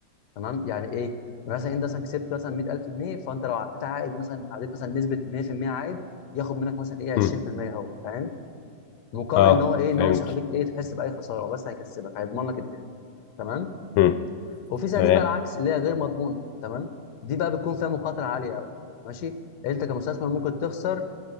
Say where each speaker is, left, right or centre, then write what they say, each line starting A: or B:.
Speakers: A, on the left (about 65°); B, on the left (about 90°).
A: تمام يعني ايه مثلا انت مثلا كسبت مثلا 100000 جنيه فانت لو عديت عائد مثلا عديت مثلا نسبه 100% عائد ياخد منك مثلا ايه 20%
B: امم
A: هو فاهم مقابل
B: اه
A: ان هو ايه ان
B: فهمت
A: هو مش هيخليك ايه تحس باي خساره هو بس هيكسبك هيضمن لك الدنيا تمام
B: امم
A: وفي صناديق
B: تمام
A: بقى العكس اللي هي غير مضمونه تمام دي بقى بتكون فيها مخاطره عاليه قوي ماشي انت كمستثمر ممكن تخسر